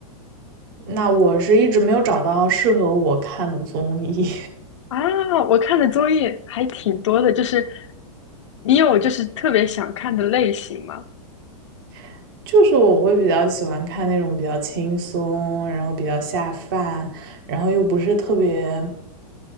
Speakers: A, on the right (about 35°); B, on the left (about 50°).
A: 那我是一直没有找到适合我看的综艺，
B: 啊，我看的综艺还挺多的，就是你有就是特别想看的类型吗？
A: <laughs> 就是我会比较喜欢看那种比较轻松，然后比较下饭，然后又不是特别